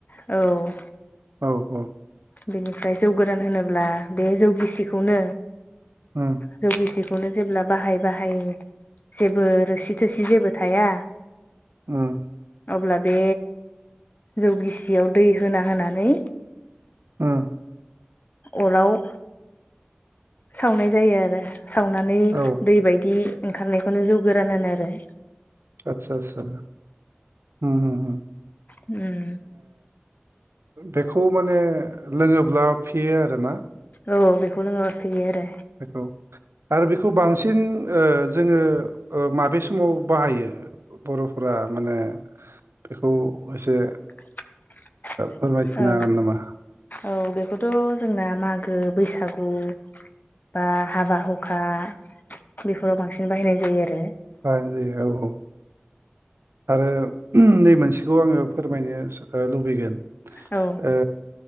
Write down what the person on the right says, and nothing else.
औ औ
उम
उम
उम
औ
आतसा आतसा ओम
बेखौ माने लोङोब्ला फेयो आरोना?
बेखौ आरो बेखौ बांसिन बांसिन ओ जोङो माबे समाव बाहायो बर'फोरा माने बेखौ एसे
फोरमायथिनो
हागोन नामा?
ओ जायो ओ औ आरो नै मोनसेखौ आङो फोरमायनो लुबैगोन।
ओ